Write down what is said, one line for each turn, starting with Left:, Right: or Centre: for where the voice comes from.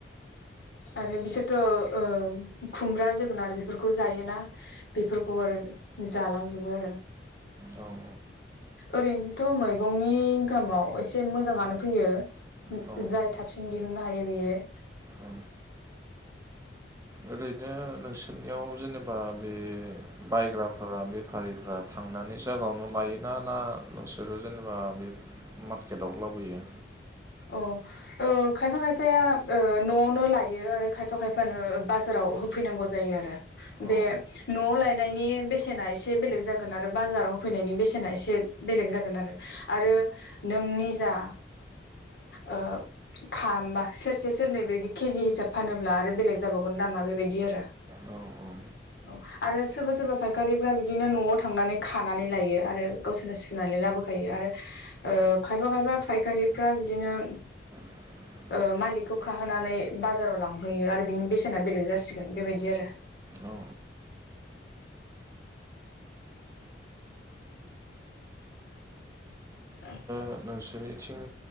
Left: आरो बिसोरथ' खुमब्रा जोगोनार बेफोरखौ जायोना बेफोरखौ आरो जालांजोबो आरो
Right: औ
Left: ओरैनोथ' मैगंनि इनकामाव एसे मोजाङानो फैयो
Right: औ
Left: जाय थाबसिन दिहुननो हायो बेयो
Right: औ ओरैनो नोंसोरनियाव जेनेबा बे बायग्राफोरा बेफारि थांनानै जायगायावनो लायोना ना नोंसोरो जेनेबा बे मार्केटआव लाबोयो
Left: अ ओ खायफा खायफाया ओ न'आवनो लायो आरो खायफा खायफानो बाजाराव होफैनांगौ जायो आरो बे
Right: औ
Left: न'आव लायनायनि बेसेना एसे बेलेग जागोन आरो बाजाराव होफैनायनि बेसेना एसे बेलेग जागोन आरो आरो नोंनि जा ओ थामा सेरसे सेरनै बेदि केजि हिसाब फानोब्ला आरो बेलेग जाबावगोन दामा बेबायदि आरो
Right: औ औ
Left: औ आरो सोरबा सोरबा फायखारिफ्रा बिदिनो न'आव थांनानै खानानै लायो आरो गावसोरनो सुनानै लाबो थायो आरो ओ खायफा खायफा फायखारिफ्रा बिदिनो
Right: <inaudible>
Left: ओ‌मालिखखौ खाहोनानै बाजाराव लांहैयो आरो बिनि बेसेना बेलेग जासिगोन बेबायदि आरो
Right: औ
Left: अ <unintelligible>
Right: दा <unintelligible> नोंसोरनिथिं